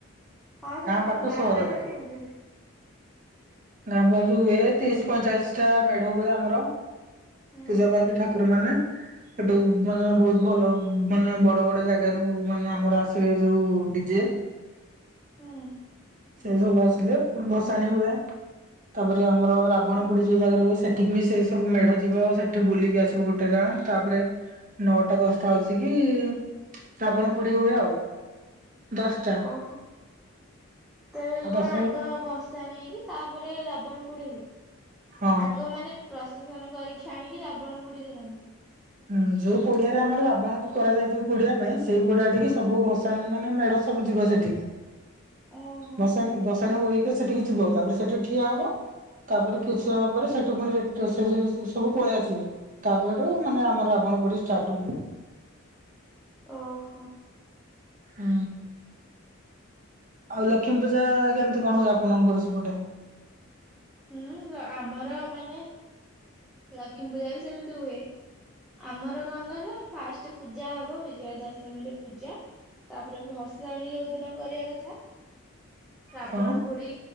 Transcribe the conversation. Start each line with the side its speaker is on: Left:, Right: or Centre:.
Centre: ହଁ ସେ ତମ
Right: ପାଖ
Centre: ଗାଁ
Right: ସହରରେ।
Centre: ପାଖେରେ କେମିତି ହୁଏ।
Right: ଗାଁ ପାଖରେ ଯୋଉ ହୁଏ ତିରିଶ ପଇଁଚାଳିଶ ଟା ମେଢ ହୁଏ ଆମର
Centre: ହୁଁ
Right: ପୂଜା ପାଆନ୍ତି ଠାକୁର ମାନେ
Centre: <inaudible>
Right: ହେଟୁ ମାନେ ବୋହୁତ ଭଲ ମାନେ ବଡ ବଡ ଜାଗା ରୁ ମାନେ ଆମର ଆସିବେ ଯୋଉ ଡିଜେ
Centre: ହୁଁ।
Right: ସେଇ ସବୁ ଆସିଲେ ଭସାଣି ହୁଏ। ତାପରେ ଆମର ରାବଣ ପୋଡ଼ି ଯୋଉ ଜାଗାରେ ହଏ ସେଠିକି ବି ସେ ସବୁ ମେଢ ଯିବ ସେଠୁ ବୁଲିକି ଆସିବ ଗୋଟେ ଗା ଗାଁ ତାପରେ ନଅଟା ଦଶଟା ଆସିକି ଶ୍ରାବଣ ପୋଡି ହୁଏ ଆଉ। ଦଶଟା।
Centre: ଓହୋ। ତେବେ କଣ
Right: ଆଉ ଦଶ
Centre: ଆଗ ଭସାଣି ହେଇକି ତାପରେ ରାବଣ ପୋଡି ହୁଏ।
Right: ହଁ
Centre: ଆଗ ମାନେ ପ୍ରଶେଷନ କରିକ୍ଷୀ ଆଣିକି ରାବଣ ପୋଡିିକ କରନ୍ତି।
Right: ହୁଁ ଯୋଉ ପଡିଆରେ ଆମର ରାବଣଙ୍କୁ କରାଯାଇଥିବ ପୋଡ଼ିବା ପାଇଁ ସେଇ ପଡିଆ ଟିକେ ସବୁ ଭସାଣି ମାନେ ମେଢ ସବୁ ଯିବ ସେଠିକି
Centre: ଓହୋ
Right: ଭସାଣୀ ଭସାଣୀ ହୋଇକୀ କି ସେଠିକି ଯିବ ତାପରେ ସେଠି ଠିଆ ହବ। ତାପରେ କିଛି ସମୟ ପରେ ସେଠୁ ପୁଣି ରିଟ ସେଜେ ସେ ସବୁ ପଳେଇ ଆସିବେ ତାପରେ ହେଟୁ ମାନେ ଆମର ରାବଣ ପୋଡ଼ି ଷ୍ଟାଟ ହୁଏ।
Centre: ଓହୋ।
Right: ହୁଁ। ଆଉ ଲକ୍ଷ୍ମୀ ପୂଜା କେମିତି କଣ ହୁଏ ଆପଣଙ୍କର ସେପଟେ
Centre: ହୁଁ ଆମର ମାନେ ଲକ୍ଷ୍ମୀ ପୂଜା ବି ସେମିତି ହୁଏ। ଆମର କଁ କହିଲ ଫାଷ୍ଟ ପୂଜା ହବ ବିଜୟା ଦଶମୀ ରେ ପୂଜା ତାପରେ ଭ ସାଣି ଯୋଉଦିନ କରିବା କଥା । ରାବଣ
Right: ହଁ
Centre: ପୋଡି